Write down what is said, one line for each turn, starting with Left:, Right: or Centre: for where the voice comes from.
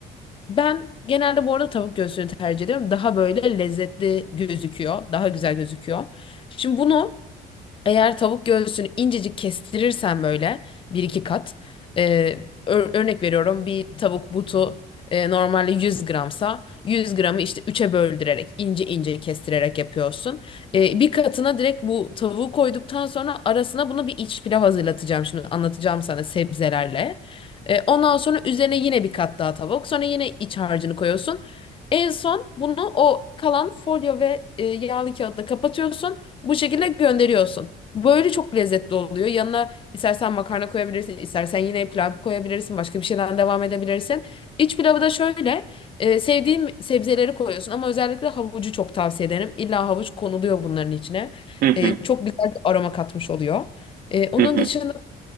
Left: ben genelde bu arada tavuk göğsünü tercih ediyorum. Daha böyle lezzetli gözüküyor. Daha güzel gözüküyor. Şimdi bunu eğer tavuk göğsünü incecik kestirirsen böyle bir iki kat e, ör- örnek veriyorum bir tavuk butu e, normalde 100 gramsa 100 gramı işte üçe böldürerek ince ince kestirerek yapıyorsun. E, bir katına direkt bu tavuğu koyduktan sonra arasına bunu bir iç pilav hazırlatacağım şimdi anlatacağım sana sebzelerle. E, ondan sonra üzerine yine bir kat daha tavuk sonra yine iç harcını koyuyorsun. En son bunu o kalan folyo ve e, yağlı kağıtla kapatıyorsun. Bu şekilde gönderiyorsun. Böyle çok lezzetli oluyor. Yanına istersen makarna koyabilirsin, istersen yine pilav koyabilirsin, başka bir şeyden devam edebilirsin. İç pilavı da şöyle, e, sevdiğim sebzeleri koyuyorsun ama özellikle havucu çok tavsiye ederim. İlla havuç konuluyor bunların içine.
Right: Hı hı
Left: E, çok güzel bir aroma katmış oluyor. E, onun
Right: hı hı
Left: dışında